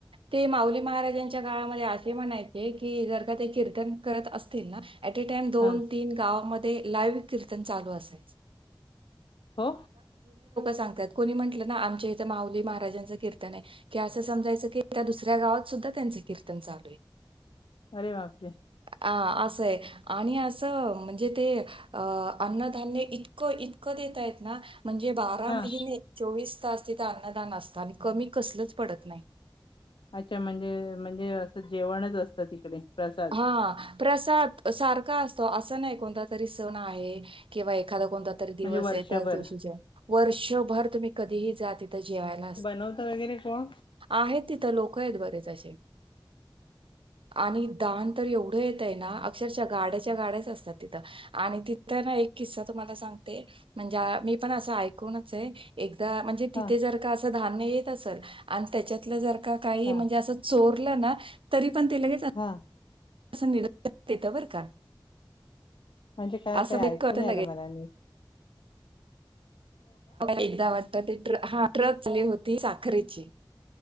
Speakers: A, on the right; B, on the left.
A: ते माऊली महाराजांच्या काळामध्ये असे म्हणायचे कि जर का ते कीर्तन करत असतील ना एटटाइम दोन
B: हा
A: तीन गावामध्ये ते लाइव कीर्तन चालू असायच
B: हो
A: सांगात कोणी म्हटलं ना आमच्या इथं माऊली महाराजांच कीर्तन आहे कि असं समजायचं की त्या दुसऱ्या गावात सुद्धा त्यांच कीर्तन चालू आहे
B: अरे बापरे
A: ह असंय आणि असं म्हणजे ते अ अन्नधान्य इतकं इतकं ते घेता येत ना म्हणजे बारा
B: हा
A: महिने चोवीस तास तिथं अन्नदान असतं आणि कमी कसलच पडत नाही
B: अच्छा म्हणजे म्हणजे असं जेवणच असतं तिकडे प्रसाद
A: हा प्रसाद सारखा असतो असं नाही कोणता तरी सण आहे किंवा एखादा कोणता तरी दिवस
B: म्हणजे वर्षभर
A: आहे त्याच दिवशीच्या वर्षभर तुम्ही कधीही जात तिथं जेवायलाच अस
B: नव्हत वगैरे कोण
A: आहेत तिथं लोक आहेत बरेच असे आणि लहान तर एवढं येत आहे ना अक्षरक्षा गाड्याच्या गाड्याच असतात तिथं आणि तिथं ना एक किस्सा तुम्हाला सांगते म्हणजे मी पण अस ऐकूनचे एक म्हणजे तिथे
B: हा
A: जर का धान्य येत असेल आणि त्याच्यातल जर का काही
B: हा
A: म्हणजे अस चोर <unintelligible> ना तरी पण ते लगेच
B: हा
A: निरोक्षेतवर का
B: म्हणजे काय
A: असं
B: काय
A: म्हणजे
B: ऐकू
A: कळतं
B: नही
A: लगेच
B: आल मला मी
A: एकदा वाटत ते ट्रक ती साखरेची